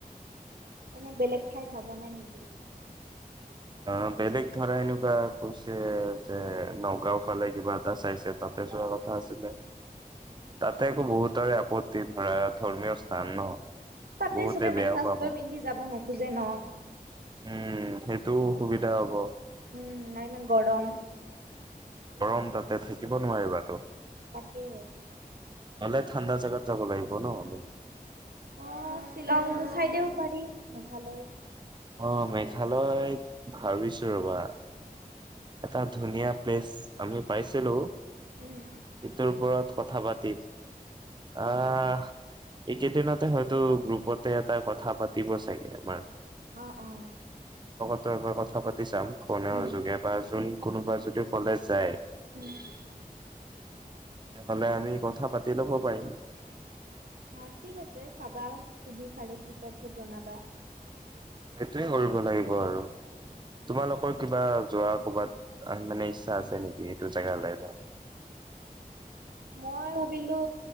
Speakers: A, on the right; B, on the right.
A: এনে বেলেগ ঠাই ভাবা নাই নেকি?
B: অ, বেলেগ ধৰা এনেকুৱা কৈছে যে নগাঁও ফালে কিবা এটা চাইছে তাতে যোৱা কথা আছিলে। তাতে আকৌ বহুতৰে আপত্তি ধৰা ধৰ্মীয় স্থান ন।
A: তাতে
B: বহুতে
A: চবে
B: বেয়াও
A: মেখলা-চাদৰ
B: পাব।
A: পিন্ধি যাব ন। খোজে ন'।
B: উম' সেইটোও অসুবিধা হ'ব।
A: উম, আৰু ইমান গৰম।
B: গৰম তাতে থাকিব নোৱাৰিবা ত'।
A: তাকে
B: গলে ঠাণ্ডা জাগাত যাব লাগিব ন' আমি।
A: অ' শ্বিলং চাইডেও পাৰি মেঘালয়
B: অ' মেঘালয় ভাবিছো ৰ'বা। এটা ধুনীয়া প্লেচ আমি পাইছিলো,
A: উম
B: সেইটোৰ ওপৰত কথা পাতিম আহ
A: অ
B: এইকেইদিনতে হয়তো গ্ৰুপতে এটা কথা পাতিব চাগে আমাৰ।
A: অ', অ'।
B: <unintelligible> কথা পাতি চাম। ফোনৰ
A: উম
B: যোগে <unintelligible> যদি কোনোবা যদি কলেজ যায়
A: <inaudible>
B: তেতিয়াহ'লে আমি কথা পাতি ল'ব পাৰিম।
A: অ', ঠিক আছে চাবা, সুধি চাৰে কি কোৱাৰ পিছত জনাবা।
B: সেইটোৱে কৰিব লাগিব আৰু তোমালোকৰ কিবা যোৱা ক'ৰবাত আহ, মানে ইচ্ছা আছে নেকি? সেইটো জেগালৈ <unintelligible>
A: মই ভাবিলোঁ